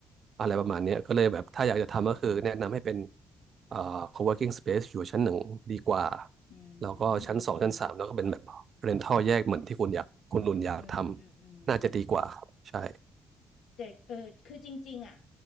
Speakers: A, on the right (about 50°); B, on the left (about 80°).
A: อะไรประมาณเนี้ยก็เลยแบบถ้าอยากจะทำก็คือแนะนำให้เป็นเอ่อ co-working space อยู่ชั้นหนึ่งดีกว่า
B: อื
A: แล้วก็ชั้นสองชั้นสามแล้วก็เป็นแบบ
B: ม
A: rental แยกเหมือนที่คุณอยากคุณรุนอยากทำน่าจะดีกว่าครับใช่
B: อืมอืมอืมอืมแต่เออคือจริงๆอ่ะ